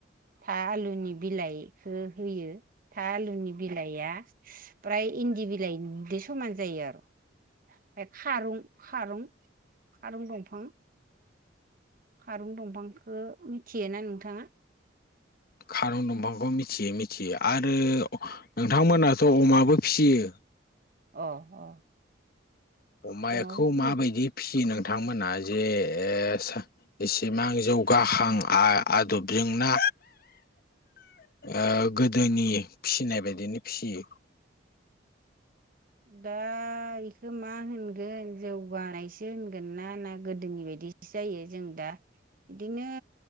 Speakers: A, on the right (about 50°); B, on the left (about 50°).
A: था आलुनि बिलाइखौ होयो था आलुनि बिलाइआ फ्राय इन्दि बिलाइजों समान जायो आरो। ओमफ्राय खारुं खारुं खारुं दंफां खारुन दंफांखौ मिथियोना नोंथाङा?
B: खारुन दंफांखौ मिथियो मिथियो आरो नोंथांमोनाथ' अमाबो फियो
A: अ अ
B: अमायाखौ
A: अमाबो फियो
B: माबायदि फिसियो नोंथांमोनहा जे ओ इसेबां जौगाहां आ आदबजोंना ओ गोदोनि फिसिनाय बायदिनो फियो
A: दा इखो मा होनगोन जौगानायसो होनगोन ना ना गोदोनि बायदि बिदि जायो जों दा बिदिनो